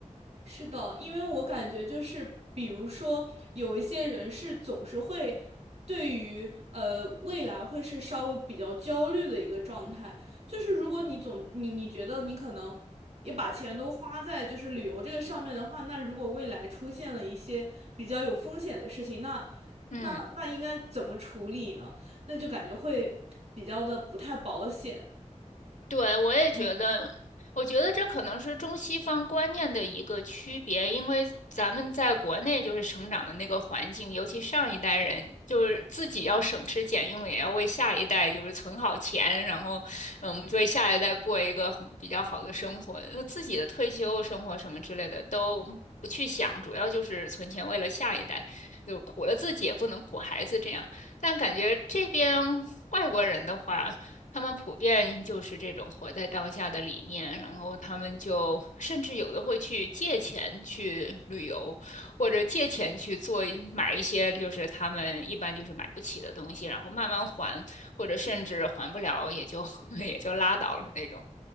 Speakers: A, on the right; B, on the left.
A: 是的，因为我感觉就是，比如说有一些人是总是会对于呃未来会是稍微比较焦虑的一个状态，就是如果你总你你觉得你可能也把钱都花在就是旅游这个上面的话，那如果未来出现了一些比较有风险的事情，那那那应该怎么处理呢？
B: 嗯。
A: 那就感觉会比较的不太保险，
B: 对，我也觉得，
A: 也很大。
B: 我觉得这可能是中西方观念的一个区别，因为咱们在国内就是成长的那个环境，尤其上一代人就是自己要省吃俭用，也要为下一代就是存好钱，然后嗯，为下一代过一个很比较好的生活，就自己的退休生活什么之类的都不去想，主要就是存钱为了下一代，就苦了自己也不能苦孩子这样。但感觉这边外国人的话。他们普遍就是这种活在当下的理念，然后他们就甚至有的会去借钱去旅游，或者借钱去做买一些就是他们一般就是买不起的东西，然后慢慢还，或者甚至还不了也就 <laughs> 也就拉倒了那种。